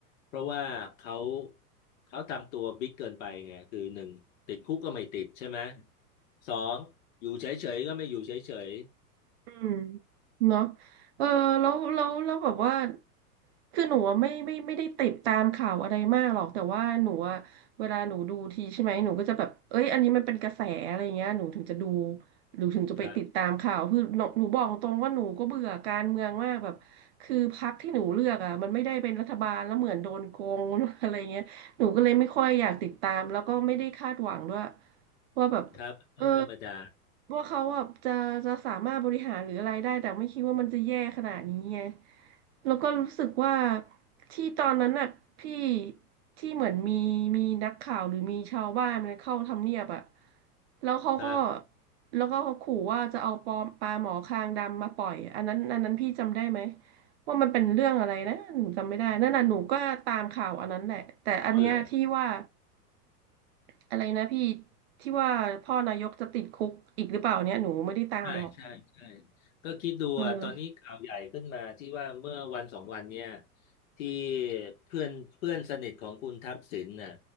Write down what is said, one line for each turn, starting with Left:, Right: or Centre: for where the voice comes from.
Left: เพราะว่าเขาเขาทำตัวบิ๊กเกินไปไงคือหนึ่งติดคุกก็ไม่ติดใช่ไหมสองอยู่เฉยๆก็ไม่อยู่เฉย
Right: อืมเนาะเออแล้วแล้วแล้วแบบว่าคือหนูอะไม่ไม่ไม่ได้ติดตามข่าวอะไรมากหรอกแต่ว่าหนูอะเวลาหนูดูทีใช่ไหมหนูก็จะแบบเอ้ยอันนี้มันเป็นกระแสอะไรเงี้ยหนูถึงจะดูหรือถึงจะไปติดตามข่าวคือหนูหนูบอกตรงว่าหนูก็เบื่อการเมืองมากแบบคือพรรคที่หนูเลือกอ่ะมันไม่ได้เป็นรัฐบาลแล้วเหมือนโดนโกง
Left: ๆครับ
Right: <laughs> อะไรเงี้ยหนูก็เลยไม่ค่อยอยากติดตามแล้วก็ไม่ได้คาดหวังด้วยว่าแบบ
Left: ครับเรื่องธรรมดา
Right: เออว่าเขาแบบจะจะสามารถบริหารหรืออะไรได้แต่ไม่คิดว่ามันจะแย่ขนาดนี้ไงแล้วก็รู้สึกว่าที่ตอนนั้นน่ะพี่ที่เหมือนมีมีนักข่าวหรือมีชาวบ้านมันเข้าทำเนียบอะแล้วเขาก็
Left: ครับ
Right: แล้วก็เขาขู่ว่าจะเอาปอมปลาหมอคางดำมาปล่อยอันนั้นอันนั้นพี่จำได้ไหมว่ามันเป็นเรื่องอะไรนะหนูจำไม่ได้นั่นน่ะหนูก็ตามข่าวอันนั้นแหละแต่อันเนี้ยที่ว่า
Left: อ๋อเหรอ
Right: อะไรนะพี่ที่ว่าพ่อนายกจะติดคุกอีกหรือเปล่าเนี่ยหนูไม่ได้ตามหรอก
Left: ใช่ใช่ใช่ก็คิดดูอ่ะตอนนี้ข่าวใหญ่ขึ้นมาที่ว่าเมื่อวันสองวันเนี่ย
Right: เออ
Left: ที่เพื่อนเพื่อนสนิทของคุณทักษิณน่ะ